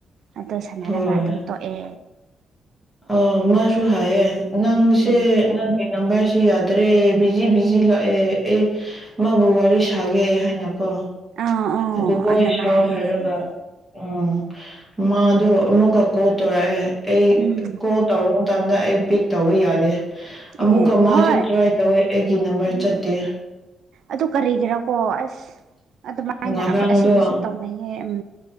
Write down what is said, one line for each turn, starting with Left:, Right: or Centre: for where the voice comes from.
Right: ꯑꯗꯨ ꯁꯥꯟꯅꯔꯒ
Centre: ꯍꯣꯏ
Right: ꯑꯗꯨꯝ ꯇꯣꯛꯑꯦ
Centre: ꯑ ꯃꯥꯁꯨ ꯍꯥꯏꯌꯦ ꯅꯪꯁꯦ
Right: ꯎꯝ
Centre: ꯅꯪꯒꯤ ꯅꯝꯕꯔꯁ ꯁꯤ ꯌꯥꯗ꯭ꯔꯦ ꯕꯤꯖꯤ ꯕꯤꯖꯤ ꯂꯥꯛꯑꯦ ꯑꯩ ꯃꯥꯕꯨ ꯋꯥꯔꯤ ꯁꯥꯒꯦ ꯍꯥꯏꯅ ꯀꯣ
Right: ꯑꯥ ꯑꯥ
Centre: ꯑꯗꯨꯒ
Right: ꯑꯗꯨꯃꯥꯏ
Centre: ꯁꯥꯎ
Right: ꯍꯥꯏꯌꯦ
Centre: ꯍꯥꯏꯔꯒ
Right: ꯎꯝ
Centre: ꯎꯥ ꯃꯥ ꯑꯗꯨ ꯑꯃꯨꯛꯀ ꯀꯣ ꯇꯧꯔꯛꯑꯦ ꯑꯩ
Right: ꯎꯝ
Centre: ꯀꯣ ꯇꯧꯔꯦ ꯃꯇꯝꯗ ꯑꯩ ꯄꯤꯛ ꯇꯧꯕ ꯌꯥꯗꯦ ꯑꯃꯨꯛꯀ
Right: ꯑꯦ
Centre: ꯃꯥꯁꯨ
Right: ꯍꯣꯏ
Centre: ꯇ꯭ꯔꯥꯏ ꯇꯧꯋꯦ ꯑꯩꯒꯤ ꯅꯝꯕꯔ
Right: ꯎꯝ
Centre: ꯆꯠꯇꯦ
Right: ꯑꯗꯨ ꯀꯔꯤꯒꯤꯔꯀꯣ ꯑꯁ ꯑꯗꯨꯃꯥꯏꯅ
Centre: ꯉꯔꯥꯡꯗꯣ
Right: ꯑꯩꯈꯣꯏ ꯑꯁꯤꯗꯁꯨ ꯇꯧꯅꯩꯌꯦ ꯎꯝ